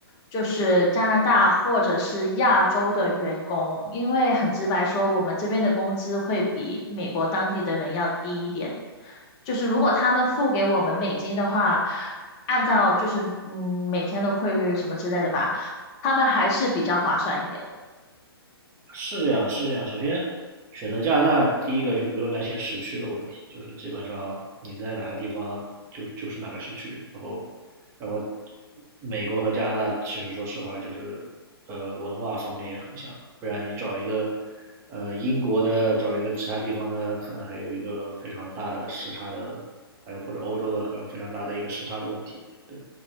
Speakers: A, on the left; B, on the right.
A: 就是加拿大或者是亚洲的员工，因为很直白说，我们这边的工资会比美国当地的人要低一点。就是如果他们付给我们美金的话，按照就是嗯每天的汇率什么之类的吧，他们还是比较划算一点。
B: 是这样的，是这样的。首先，选择加拿大，第一个就不用担心时区的问题，就是基本上你在哪个地方就就是哪个时区。然后，然后美国和加拿大其实说实话就是呃文化方面也很像，不然你找一个呃英国的找一个其他地方的，可能还有一个非常大的时差的，还有或者欧洲的很非常大的一个时差的问题。对，